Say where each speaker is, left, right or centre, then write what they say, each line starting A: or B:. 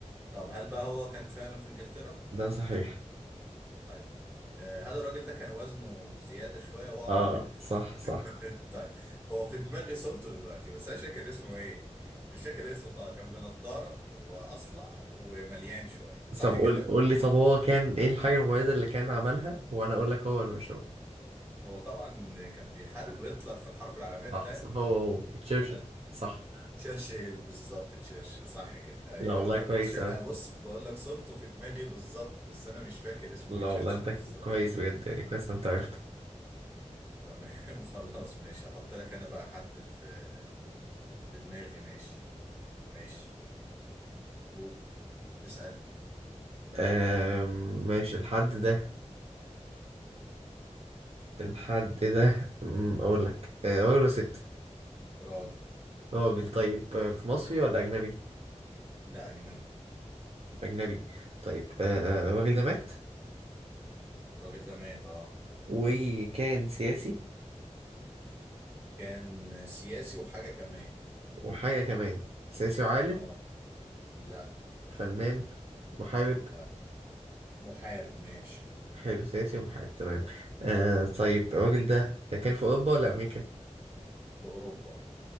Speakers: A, on the right; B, on the right.
A: طب هل بقى هو كان فعلا في إنجلترا؟
B: ده صحيح
A: طيب آه، هل الراجل ده كان وزنه زيادة شوية وقرع
B: اه
A: كده؟
B: صح صح
A: <laughs> طيب هو في دماغي صورته دلوقتي بس انا مش فاكر اسمه ايه مش فاكر اسمه خالص كان بنضاره واصلع ومليان شويه صح
B: طب قول
A: كده
B: قول لي طب هو كان ايه الحاجة المميزة اللي كان عملها وانا اقول لك هو ولا مش هو
A: هو طبعا كان بيحارب هتلر في الحرب العالميه الثانيه
B: صح صح، هو هو تشرشل
A: آه،
B: صح
A: تشرشل بالظبط تشرشل صح كده ايوه
B: لا والله
A: انا
B: كويس
A: كنت شا...
B: اوي
A: آه، بص بقول لك صورته في دماغي بالظبط بس انا مش فاكر اسمه
B: لا
A: ايه تشرشل
B: والله انت
A: بالظبط
B: كويس بجد يعني كويس إن انت عرفته
A: آه، تمام <laughs> خلاص ماشي هحط لك انا بقى حد في في دماغي ماشي ماشي قول اسالني
B: آم، ماشي الحد ده الحد ده أمم، اقول لك آه، راجل ولا ست
A: راجل
B: راجل طيب آه، في مصري ولا اجنبي
A: لا اجنبي
B: اجنبي طيب آه، آه، آه، الراجل ده مات
A: الراجل ده مات اه
B: وكان سياسي
A: كان سياسي وحاجة كمان
B: وحاجه كمان سياسي وعالم
A: اه لا
B: فنان محارب
A: لا محارب ماشي
B: حلو سياسي ومحارب تمام آه
A: مم.
B: طيب الراجل ده كان في اوروبا ولا امريكا
A: في أوروبا